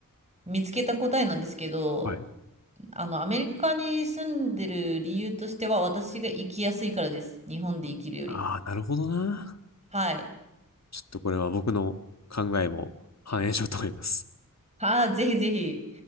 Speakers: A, on the right; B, on the left.
A: 見つけた答えなんですけど、
B: はい。
A: あの、アメリカに住んでる理由としては、私が生きやすいからです。日本で生きるより。
B: ああ、なるほどな。
A: はい。
B: ちょっとこれは僕の考えも反映しようと思います。
A: ああ、ぜひぜひ。